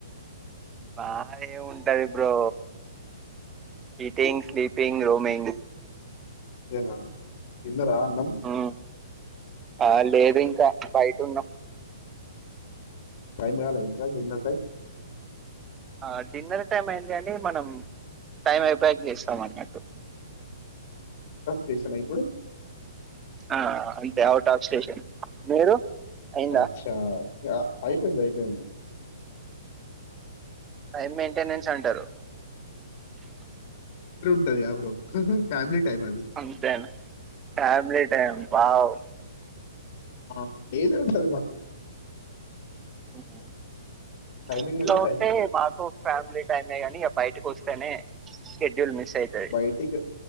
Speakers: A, on the right; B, on the left.
A: బాగా ఏ ఉంటది ఇప్పు్రో హీటింగ్ స్లీపింగ్ రూమింగ్
B: ఏనా ఇన్నరా అన్నం
A: ఉమ్ ఆ లేదు ఇంకా బయట ఉన్నాం
B: పైమి కాలా ఇంకా విన్నట్టే
A: ఆ డిన్నర్ టైమ్ అయింది కాని మనం టైం అయిపోయాక చేస్తాం అన్నట్టు
B: తీస్తున్న ఇప్పుడు
A: ఆ అంతే ఔట్ ఆఫ్ స్టేషన్ మీరు అయిందా
B: అచ్చా య అయిపోయింది అయిపోయింది
A: టైం మెయింటెనెన్స్ అంటారు
B: కొత్తది ఆ బ్రో ఉమ్మ్ ఫ్యామిలీ టైం అది
A: అంతేనా ఫ్యామిలీ టైం వావ్
B: ఆ డైలీ ఉంటది మాకు
A: హు హూ
B: టైమింగ్
A: ఇంట్ల
B: అంటే
A: ఉంటే
B: టైమింగ్
A: మాకు ఫ్యామిలీ టైమే గాని ఇగ బయటకి వస్తేనే షెడ్యూల్ మిస్ అయితది
B: బయటిక్